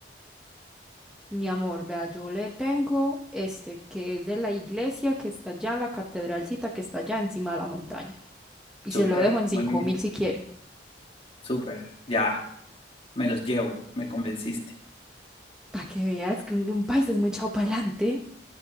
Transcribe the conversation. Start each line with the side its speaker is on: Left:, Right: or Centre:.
Centre: Mi amor, vea, yo le tengo este que es de la iglesia que está allá, la catedralcita que está allá encima de la montaña. Y
Left: Súper,
Centre: se lo dejo en cinco
Left: Muy bien.
Centre: mil si quiere.
Left: súper. Ya, me los llevo, me convenciste.
Centre: Para que veas que un un país es muy echado para adelante.